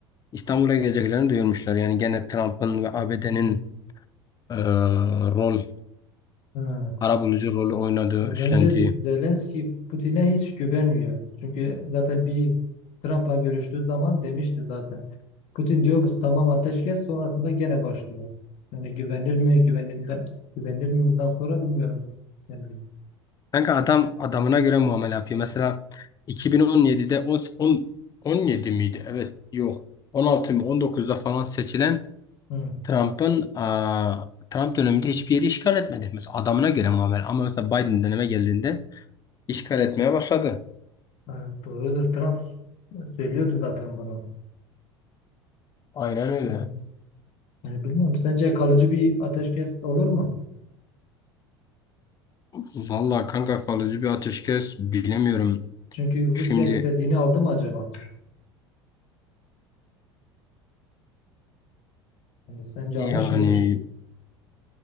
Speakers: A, on the left (about 25°); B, on the left (about 50°).
A: İstanbul'a geleceklerini duyurmuşlar. Yani gene Trump'ın ve ABD'nin
B: Hmm.
A: e, rol,
B: Ha.
A: arabulucu rolü oynadığı,
B: Ya
A: üstlendiği.
B: bence Zelenski Putin'e hiç güvenmiyor. Çünkü zaten bir Trump'la görüştüğü zaman demişti zaten. Putin diyor biz tamam ateşkes sonrasında gene başlıyor. Yani güvenilir mi güvenilir mi güvenilir mi bundan sonra bilmiyorum. Yani,
A: Kanka adam adamına göre muamele yapıyor. Mesela 2017'de 10, 10 17 miydi? Evet, yok. 16 mı 19'da falan seçilen
B: hı.
A: Trump'ın a, Trump döneminde hiçbir yeri işgal etmedi. Mesela adamına göre muamele. Ama mesela Biden döneme geldiğinde işgal etmeye başladı.
B: Evet, doğrudur. Trump söylüyordu zaten bunu.
A: Aynen öyle.
B: Hı. Yani bilmiyorum. Sence kalıcı bir ateşkes olur mu?
A: Vallahi kanka kalıcı bir ateşkes bilemiyorum.
B: Çünkü Rusya
A: Şimdi
B: istediğini aldı mı acaba? Yani sence
A: yani
B: almış mıdır?